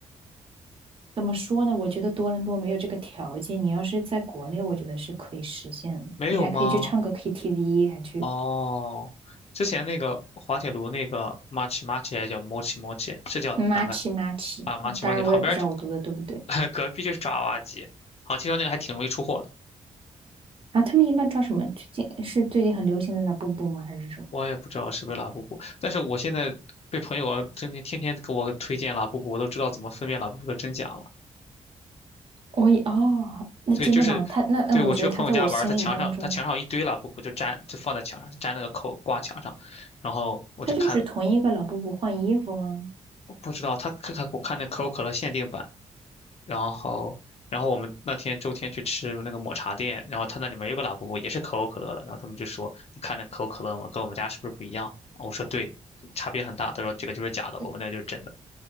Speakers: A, on the right; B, on the left.
A: 怎么说呢？我觉得多伦多没有这个条件。你要是在国内，我觉得是可以实现的。
B: 没有吗？
A: 你还可以去唱个 KTV，还去
B: 哦，之前那个滑铁卢那个 Machi Machi 还叫 Mochi Mochi，是叫哪个
A: match 妈 t c
B: 啊？Machi
A: h 当然，
B: Machi 旁边儿就
A: 我也不知道我读的对不对。
B: <laughs> 隔壁就是爪哇鸡，好像听说那个还挺容易出货的。
A: 啊，他们一般抓什么？最近是最近很流行的那步步吗？还是什么？
B: 我也不知道是不是拉布布，但是我现在被朋友天天天天给我推荐拉布布，我都知道怎么分辨拉布布的真假了。
A: 我也哦，那真的吗？
B: 对，就是对我去我朋友家玩儿他墙上他墙上有一堆拉布布，
A: 他那那我觉得他在我心里当中，
B: 就粘就放在墙上，粘那个扣挂墙上，然后我就看，
A: 他就是同一个老布布换衣服吗？
B: 我不知道他看看我看那可口可乐限定版。然后，然后我们那天周天去吃那个抹茶店，然后他那里面有个拉布布，也是可口可乐的。然后他们就说：“你看那可口可乐吗？跟我们家是不是不一样？”我说：“对，差别很大。”他说：“这个就是假的，
A: 嗯，
B: 我们那个就是真的。”